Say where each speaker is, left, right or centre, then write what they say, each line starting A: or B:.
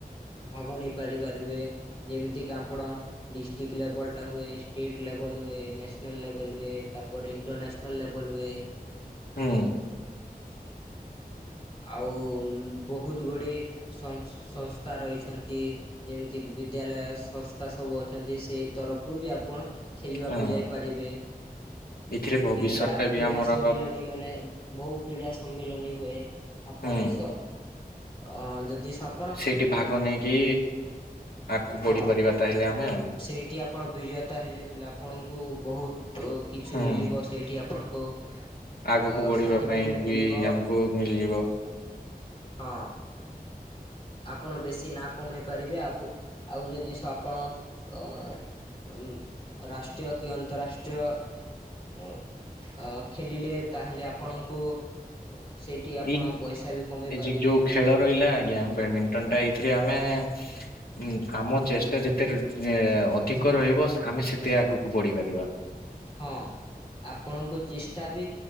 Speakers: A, on the left; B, on the left.
A: ଭାଗ ନେଇ ପାରିପାରିବେ ଯେମିତିକା ଆପଣ ଡିଷ୍ଟ୍ରିକ୍ ଲେବଲ୍‌ଟା ହୁଏ, ଷ୍ଟେଟ୍ ଲେବଲ୍ ହୁଏ, ନ୍ୟାସନାଲ୍ ଲେଵଲ୍ ହୁଏ, ତାପରେ ଇଣ୍ଟରନ୍ୟାସନାଲ୍ ଲେଵଲ୍ ହୁଏ।
B: ହୁଁ।
A: ଆଉ-ଉ-ଉ-ଉ ବହୁତ୍ ଗୁଡ଼ିଏ ସଂସ୍‌ ସଂସ୍ଥା ରହିଛନ୍ତି। ଯେମିତି କିି ବିଦ୍ୟାଳୟ ସଂସ୍ ତା ସବୁ ଅଛନ୍ତି ସେଇ ତରଫରୁ ବି ଆପଣ ଖେଲିବାକୁ
B: ହଁ
A: ଯାଇପାରିବେ
B: ଏଥିରେ ଭବିଷ୍ୟତ
A: କୀଡ଼ା
B: ଟା ବି
A: କ୍ରୀଡ଼ା
B: ଆମର
A: ସମ୍ମିଲନୀ ମାନେ ବହୁ କ୍ରୀଡ଼ା ସ ସମ୍ମିଳନୀ ହୁଏ। ଆପଣ
B: ହୁଁ
A: ଏସ ଅ ଯଦି ସବ
B: ସେଇଠି ଭାଗ ନେଇକି ଆଗକୁ ବଢି
A: ହଁ
B: ପାରିବା ତାହେଲେ ଆମେ ଆଉ
A: ସେଇଠି ଆପଣ ବିଜେତା ହେଲେ ବି ପିଲା ଆପଣଙ୍କୁ ବହୁତ ତ କିଛି
B: ହୁଁ
A: ମିଲିବ ସେଇଠି ଆପଣଙ୍କୁ
B: ଆଗକୁ
A: ଅ
B: ବଢ଼ିବା
A: ସାର୍ଟିଫିକେଟ
B: ପାଇଁ ବି
A: ମିଳିବ
B: ଆମକୁ ମିଲିବ।
A: ହଁ। ଆପଣ ବେଶୀ ନା କମେଇ ପାରିବେ ଆବୁ ଆଉ ଯଦିସ ଆପଣ ଅ ଅମ୍‌ ରାଷ୍ଟ୍ରୀୟ କି ଅନ୍ତରାଷ୍ଟ୍ରୀୟ ଅ ଅ ଖେଲିଲେ ତାହେଲେ ଆପଣଙ୍କୁ ସେଇଠି ଆପଣ
B: ଏଇ
A: ପଇସା ବି କମେଇ
B: ଏ
A: ପାରିବେ
B: ଯୋଉ ଖେଳ ରହିଲା ଆଜ୍ଞା ବେଡ୍‌ମିଣ୍ଟନ ଟା ଏଇଥିରେ ଆମେ ଉ ଆମ ଚେଷ୍ଟା ଯେତେ ଏ ଅଧିକ ରହିବ ସ ଆମେ ସେତେ ଆଗକୁ ବଢି ପାରିବା।
A: ହଁ ଆପଣଙ୍କ ଚେଷ୍ଟା ବି